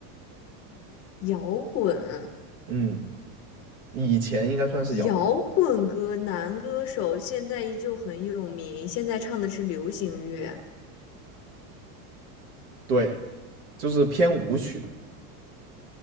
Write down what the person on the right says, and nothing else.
嗯，以前应该算是摇滚，
对，就是偏舞曲的。